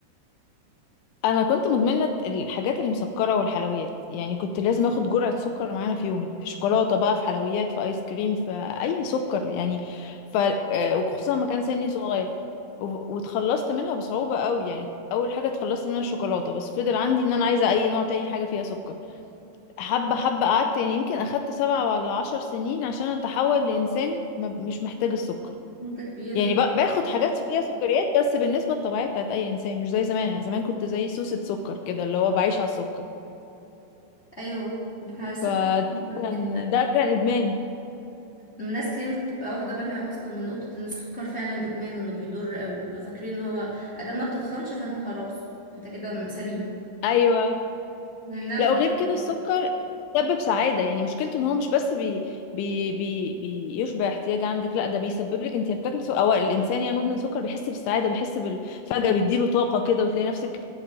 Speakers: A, on the left; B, on the left.
A: انا كنت مدمنه الحاجات المسكره والحلويات يعني كنت لازم اخد جرعه سكر معانا في يومي في شوكولاته بقى في حلويات في ايس كريم في اي سكر يعني ف آه، وخصوصا ما كان سني صغير و- واتخلصت منها بصعوبه قوي يعني اول حاجه اتخلصت منها الشوكولاته بس فضل عندي ان انا عايزه اي نوع تاني حاجه فيها سكر حبه حبه قعدت يعني يمكن اخدت سبع ولا عشر سنين عشان اتحول لانسان ما- مش محتاج
B: مم.
A: السكر
B: مدة كبيرة
A: يعني ب- باخد حاجات فيها سكريات بس بالنسبة الطبيعية بتاعت أي إنسان مش زي زمان أنا زمان كنت زي سوسة سكر كده اللي هو بعيش على السكر
B: ايوه بتاع السكر
A: فده
B: مضر
A: كان
B: جدا
A: ده كان إدمان
B: ناس كتير مش بتبقى واخدة بالها اصلا من نقطة ان السكر فعلا ادمان وانه بيضر قوي بيبقوا فاكرين ان هو ادام ما بتتخنش فانت خلاص انت كده سليم
A: أيوه
B: لانها
A: لا
B: بتضر
A: وغير كده
B: جدا
A: السكر بيسبب سعادة يعني مشكلته ان هو مش بس بي بي بي بيشبع احتياج عندك لا ده بيسبب لك انت بتاكل سكر او الانسان يعني مدمن سكر بيحس بالسعادة بيحس بال- فجأة بيديله طاقة كده وتلاقي نفسك